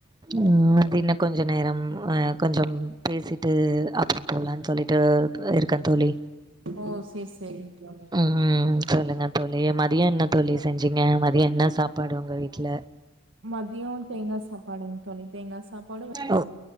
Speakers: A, on the right (about 20°); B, on the right (about 60°).
A: ம் து இன்னு கொஞ்ச நேரம் அ கொஞ்சம் பேசிட்டு அப்புறம் போலான் சொல்லிட்டு இருக்க தோழி
B: ஓ செர் செரிங் தோழி
A: ம் சொல்லுங்க தோழி மதிய என்ன தொழி செஞ்சிங்க மதிய என்ன சாப் பாடு ஒங்க வீட்ல
B: மதியோ தேங்கா சாப்பாடுங் தோழி தேங்கா சாப்பாடு
A: ஓ